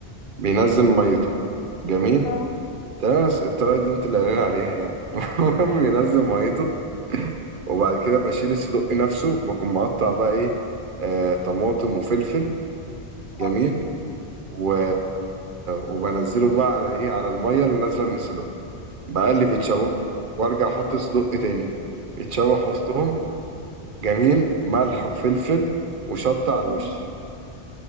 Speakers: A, on the right; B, on the left.
A: بينزل ميته جميل
B: اه
A: تمام بس الطريقة دي انت اللي قايل عليها يعني <laughs> المهم بينزل ميته وبعد كده بشيل الصدوق نفسه وبكون مقطع بقى ايه آه طماطم وفلفل جميل
B: اه
A: و... وبنزله بقى على ايه على المية اللي نازلة من الصدوق بقلب يتشوح وارجع احط الصدوق تاني يتشوح وسطهم
B: آه.
A: جميل ملح وفلفل وشطة على الوش
B: مم.